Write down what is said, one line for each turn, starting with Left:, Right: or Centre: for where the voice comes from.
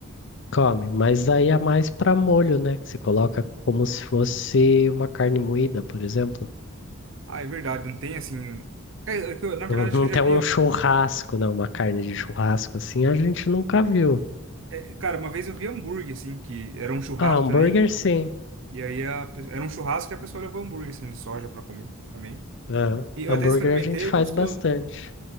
Left: Come, mas aí é mais pra molho, né? Que você coloca como se fosse uma carne moída, por exemplo.
Right: Ah, é verdade, não tem assim. É, é que eu- na verdade, acho
Left: Não
Right: que eu já
Left: tem
Right: via.
Left: um churrasco, né? Uma carne de churrasco assim, a gente nunca viu.
Right: é, cara, uma vez eu vi hambúrguer, assim, que era um churrasco
Left: Ah, hambúrguer
Right: também.
Left: sim.
Right: E aí a, pe- era um churrasco e a pessoa levou hambúrguer, assim, de soja pra comer também.
Left: Aham.
Right: E eu
Left: Hambúrguer
Right: até experimentei,
Left: a gente faz
Right: é gostoso.
Left: bastante.